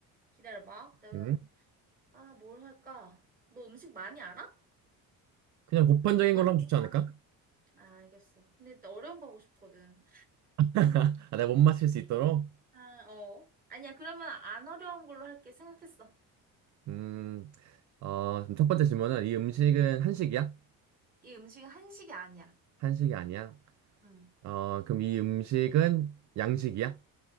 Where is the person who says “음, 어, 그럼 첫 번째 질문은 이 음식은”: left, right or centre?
Right